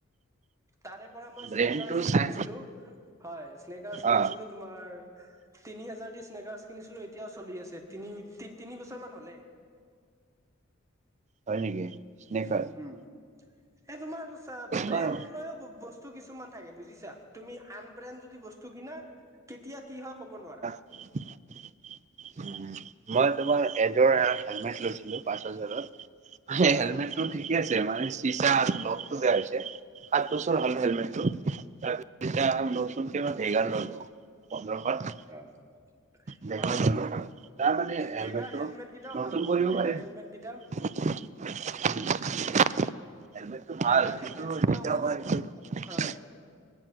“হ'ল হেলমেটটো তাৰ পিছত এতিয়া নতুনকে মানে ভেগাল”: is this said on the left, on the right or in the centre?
Right